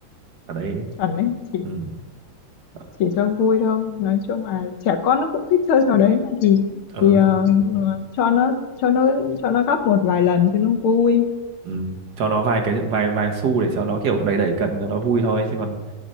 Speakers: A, on the right; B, on the left.
A: ở đấy.
B: chuẩn đấy chỉ
A: Ừ. Ờ,
B: chỉ cho vui thôi nói chung là trẻ con nó cũng thích chơi trò đấy mà thì
A: Ừ.
B: thì ờ, Ừ. cho nó cho nó cho nó gấp một vài lần cho nó vui
A: Ừ. Cho nó vài cái vài vài xu để cho nó kiểu đẩy đẩy cần cho nó vui thôi chứ còn